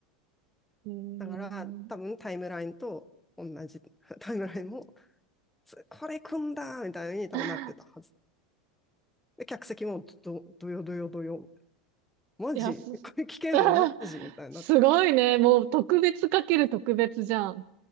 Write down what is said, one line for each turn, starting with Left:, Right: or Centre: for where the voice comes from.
Right: うーん。
Centre: だから、多分タイムラインと同じ、タイムラインも、つこれ組んだみたいに多分なってたはず。
Right: <laughs>
Centre: で、客席もど、どよどよどよ。マジこれ聞けんのマジみたいになってた。
Right: いや、す、あーすごいね。もう特別かける特別じゃん。